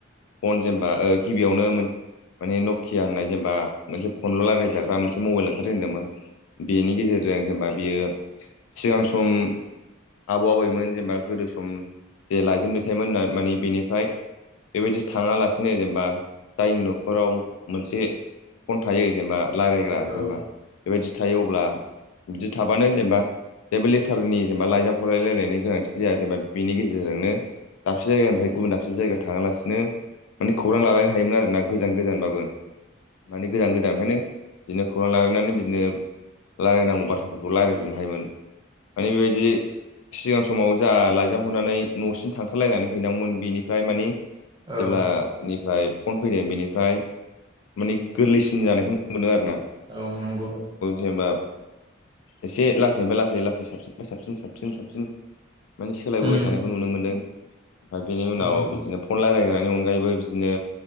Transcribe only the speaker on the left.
फन जेनेबा गिबियावनो माने नकिया होननाय जेनेबा मोनसे फनल' रायलायजाग्रा मोनसे मबाइल ओंखारजेनदोंमोन बेनि गेजेरजों जेनेबा बियो सिगां सम आबौ आबैमोन जेनेबा गोदो सम जे लाइजाम दैथायोमोन मानि बेनिफ्राय बेबायदि थाङालासिनो जेनेबा जायनि न'खराव मोनसे फन थायो जेनेबा रायलायग्रा
जेनेबा बेबायदि थायो अब्ला बिदि थाबानो जेनेबा जेबो लेथारनि जेनेबा लाइजाम हरलाय लायनायनि गोनांथि जाया जेनेबा बेनि गेजेरजोंनो दाबसे जायानिफ्राय गुबुन दाबसे जायगा थाङा लासिनो माने खौरां लालायनो हायोमोन आरो ना गोजान गोजानबाबो माने गोजान गोजान निफ्रायनो बिदिनो खौरां लालायनानै बिनो बिदिनो रायलायनांगौ बाथ्राफोरखौ रायलायजोबनो हायोमोन माने बेबायदि सिगां समाव जा लाइजाम हरनानै नसिम थांथारलायनानै हैनांगौमोन बेनिफ्राय माने जेब्लानिफ्राय
फन फैदों बेनिफ्राय माने गोरलैसिन जानायखौ मोनो आरो ना
जेनेबा एसे लासै लासै लासै साबसिन साबसिन साबसिन साबसिन माने सोलायबोबाय
थानायखौ नुनो मोन्दों ओमफाय बिनि उनाव
बिदिनो फन रायलाय जानायनि अनगायैबो बिदिनो